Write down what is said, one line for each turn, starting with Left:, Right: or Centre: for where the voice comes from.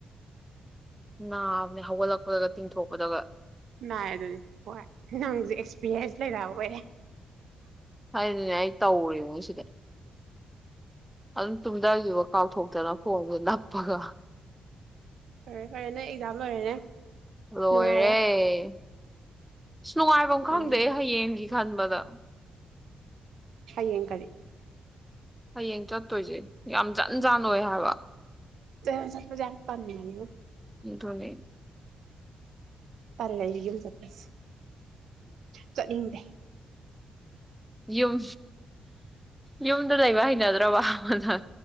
Centre: ꯅꯥꯕꯅꯦ ꯍꯧꯒꯠꯂꯛꯄꯗꯒ ꯇꯤꯡꯊꯣꯛꯄꯗꯒ
Right: ꯥꯅꯥꯏ ꯑꯗꯨꯗꯤ ꯍꯣꯏ ꯅꯪꯁꯦ ꯑꯦꯛꯁꯄꯤꯔꯤꯌꯦꯟꯁ ꯂꯩꯔ ꯑꯣꯏꯔꯦ
Centre: ꯑꯩꯗꯤꯅꯦ ꯑꯩ ꯇꯧꯔ‌ꯦ ꯁꯤꯗꯩ ꯑꯗꯨꯝ ꯇꯨꯝꯗꯒꯤꯕ ꯀꯥꯎꯊꯣꯛꯇꯅ ꯐꯣꯟꯗꯨ ꯄꯒ
Right: ꯐꯔꯦ ꯐꯔꯦꯅꯦ ꯑꯦꯛꯖꯥꯝ ꯂꯣꯏꯔꯦꯅꯦ
Centre: ꯂ‌ꯣꯏꯔꯦ
Right: ꯅꯨꯡꯉꯥꯏꯔꯦ
Centre: ꯑꯁ ꯅꯨꯡꯉꯥꯏꯕꯝ ꯈꯪꯗꯦ
Right: ꯎꯝ
Centre: ꯑꯩ ꯍꯌꯦꯡꯒꯤ ꯈꯟꯕꯗ
Right: ꯍꯌꯦꯡ ꯀꯔꯤ
Centre: ꯍꯌꯦꯡ ꯆꯠꯇꯣꯏꯁꯦ ꯌꯥꯝ ꯖꯟꯖꯥꯟꯅ ꯑꯣꯏ ꯍꯥꯏꯕ
Right: ꯊꯟ ꯆꯠꯄꯁ‌ꯦ ꯌꯥꯝ ꯇꯟꯕꯅꯤꯉ‌ꯣ
Centre: ꯗꯨꯅꯤ
Right: ꯇꯜꯂ‌ꯦ ꯂꯩ ꯌꯨꯝ ꯆꯠꯄꯁꯤ ꯆꯠꯅꯤꯡꯗꯦ
Centre: ꯌꯨꯝ ꯌꯨꯝꯗ ꯂꯩꯕ ꯍꯩꯅꯗ꯭ꯔꯕ‌ꯣ ꯍ ꯍ